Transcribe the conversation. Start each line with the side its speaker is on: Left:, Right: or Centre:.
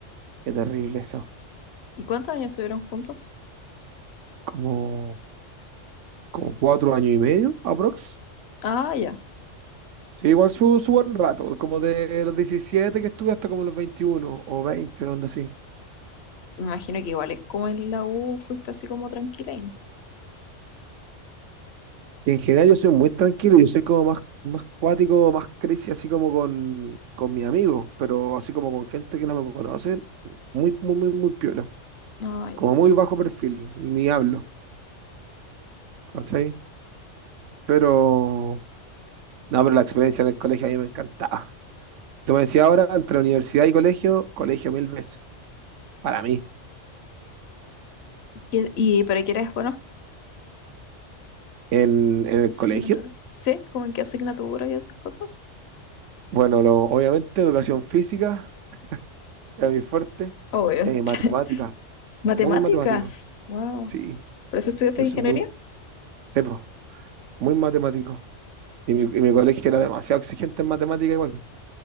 Right: Qué terrible eso.
Left: ¿Y cuántos años estuvieron juntos?
Right: Como, como cuatro años y medio, aprox.
Left: Ah, ya.
Right: Sí, igual su, su buen rato, como de los 17 que estuve hasta como los 21 o 20 una onda así.
Left: Me imagino que igual eh, como en la U fuiste así como tranquila. y-
Right: En general yo soy muy tranquilo, yo soy como más, más cuático, más crazy, así como con, con mis amigos, pero así como con gente que no me conocen, muy, muy, muy, muy piola.
Left: Ah, ya.
Right: Como muy bajo perfil, ni hablo, ¿cachai? Pero, no, pero la experiencia en el colegio a mí me encantaba. Si tú me decías ahora, entre universidad y colegio, colegio mil veces, para mí.
Left: ¿Qué- ¿Y para qué eres bueno?
Right: En, en el
Left: Asignatura.
Right: colegio,
Left: Sí, como en qué asignaturas y esas cosas.
Right: bueno, lo, obviamente educación física era mi fuerte,
Left: Obvio.
Right: eh, matemáticas,
Left: <laughs> Matemáticas.
Right: muy matemático,
Left: Wow.
Right: sí,
Left: ¿Por eso estudiaste
Right: yo
Left: ingeniería?
Right: soy muy... sí, po. muy matemático. Y mi, y mi colegio era demasiado exigente en matemática igual.